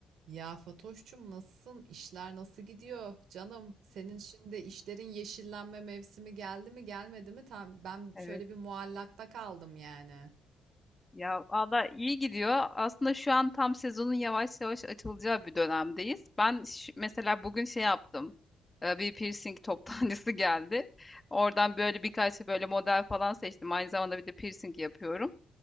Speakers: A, on the right (about 75°); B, on the left (about 20°).
A: Ya Fatoş'cum nasılsın? İşler nasıl gidiyor? Canım senin şimdi işlerin yeşillenme mevsimi geldi mi gelmedi mi? Tam ben
B: Evet.
A: şöyle bir muallakta kaldım yani.
B: Ya valla iyi gidiyor. Aslında şu an tam sezonun yavaş yavaş açılacağı bir dönemdeyiz. Ben ş- mesela bugün şey yaptım. Ee, Bir piercing toptancısı <laughs> geldi. Oradan böyle birkaç böyle model falan seçtim. Aynı zamanda bir de piercing yapıyorum.